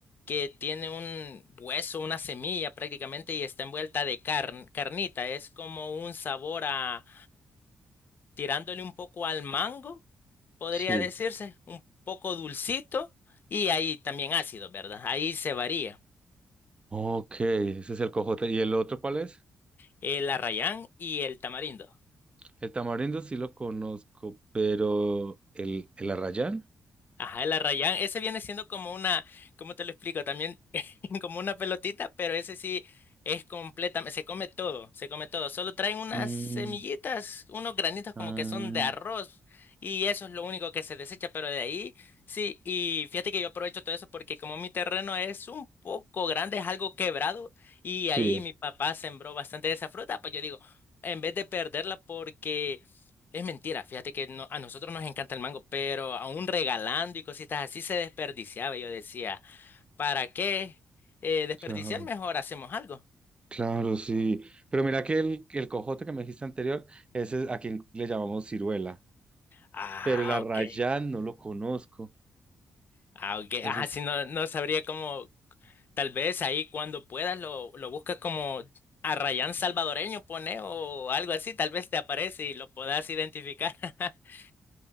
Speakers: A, on the left; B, on the right.
A: que tiene un hueso, una semilla prácticamente y está envuelta de carn- carnita. Es como un sabor a, tirándole un poco al mango, podría
B: Sí.
A: decirse, un poco dulcito y ahí también ácido, ¿verdad? Ahí se varía
B: Ok, ese es el cojote. ¿Y el otro cuál es?
A: el arrayán y el tamarindo.
B: El tamarindo sí lo conozco, pero el, el arrayán.
A: Ajá, el arrayán, ese viene siendo como una, ¿cómo te lo explico? También <laughs> como una pelotita, pero ese sí es completamente, se come todo, se come todo. Solo traen unas
B: Mm,
A: semillitas, unos granitos como
B: ah,
A: que son de arroz y eso es lo único que se desecha, pero de ahí sí, y fíjate que yo aprovecho todo eso porque como mi terreno es un poco grande, es algo quebrado y
B: sí,
A: ahí mi papá sembró bastante de esa fruta, pues yo digo, en vez de perderla porque... Es mentira, fíjate que no- a nosotros nos encanta el mango, pero aún regalando y cositas así se desperdiciaba. Yo decía, ¿para qué eh, desperdiciar?
B: claro.
A: Mejor hacemos algo.
B: Claro, sí. Pero mira que el, el cojote que me dijiste anterior, ese es a quien le llamamos ciruela.
A: Ah,
B: Pero el arrayán
A: ok.
B: no lo conozco.
A: Ah, ok.
B: Ese
A: Ah,
B: es.
A: sí, no, no sabría cómo, tal vez ahí cuando puedas lo, lo buscas como arrayán salvadoreño, pone o algo así, tal vez te aparece y lo puedas identificar. <laughs>